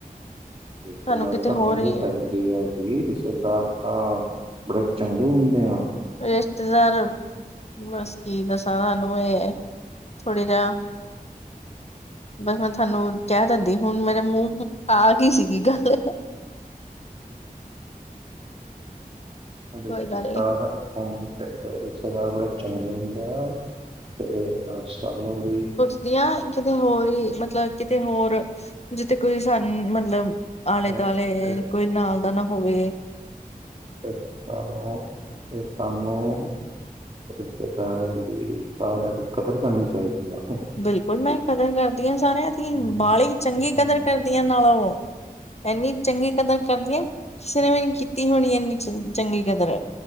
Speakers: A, on the right; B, on the left.
A: ਇਸ
B: ਸਾਨੂੰ
A: ਬਾਰੇ
B: ਕਿਤੇ
A: ਤਾਂ
B: ਹੋਰ
A: ਹੋਣੀ
B: ਹੀ
A: ਚਾਹੀਦੀ। ਕਿ ਗਲ਼ ਜੀ ਰਿਸ਼ਤੇਦਾਰ ਤਾਂ ਬੜੇ ਚੰਗੇ ਹੁੰਦੇ ਆ।
B: ਰਿਸ਼ਤੇਦਾਰ, ਬਸ ਕੀ ਦੱਸਾਂ ਤੁਹਾਨੂੰ ਇਹ। ਥੋੜ੍ਹੀ ਦਾ ਬਸ ਮੈਂ ਤੁਹਾਨੂੰ ਕਹਿ ਦਿੰਦੀ ਹੁਣ ਮੇਰੇ ਮੂੰਹ ਆ ਗਈ ਸੀਗੀ ਗੱਲ। ਕੋਈ
A: ਰਿਸ਼ਤੇਦਾਰ
B: ਗੱਲ ਨੀ
A: ਹੋਣਾ ਚਾਹੀਂਦਾ ਰਿਸ਼ਤੇਦਾਰ ਬੜੇ। ਚੰਗੇ ਹੁੰਦੇ ਆ ਤੇ ਸਾਨੂੰ ਵੀ।
B: ਵਧੀਆ ਕਿਤੇ ਹੋਰ ਹੀ ਮਤਲਬ, ਕਿਤੇ ਹੋਰ ਜਿੱਥੇ ਕੋਈ ਸਾਨੂੰ ਮਤਲਬ ਆਲੇ
A: ਇਹ
B: ਦੁਆਲੇ
A: ਇਹ
B: ਕੋਈ ਨਾਲ ਦਾ ਨਾਂ ਹੋਵੇਂ
A: ਇਸ ਸਾਨੂੰ ਤੇ ਸਾਨੂੰ ਰਿਸ਼ਤੇਦਾਰਿਆਂ ਦੀ ਸਾਰਿਆਂ ਦੀ ਕਦਰ ਕਰਨੀ ਚਾਹੀਦੀ ਹੈਂ।
B: ਬਿਲਕੁਲ ਮੈਂ ਕਦਰ ਕਰਦੀ ਹਾਂ ਸਾਰਿਆਂ ਦੀ
A: ਹਮ,
B: ਬਾਲੀ ਚੰਗੀ
A: ਹਮ,
B: ਕਦਰ
A: ਹਮ,
B: ਕਰਦੀ ਹ ਨਾਲੋਂ ਉਹ, ਐਨੀ, ਚੰਗੀ ਕਦਰ ਕਰਦੀਆਂ ਕਿਸੇ ਨੇ ਵੀੇਰੀ ਕੀਤੀ ਹੋਣੀ ਇੰਨੀ ਚੰਗੀ ਕਦਰ,